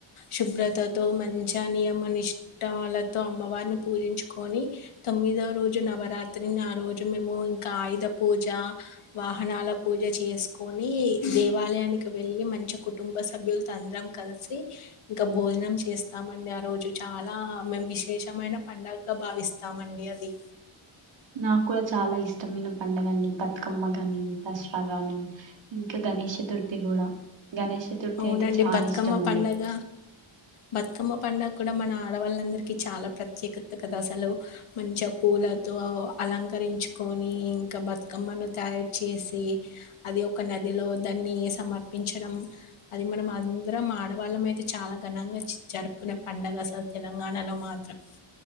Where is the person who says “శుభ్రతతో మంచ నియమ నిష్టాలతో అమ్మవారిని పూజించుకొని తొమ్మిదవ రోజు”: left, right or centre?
Left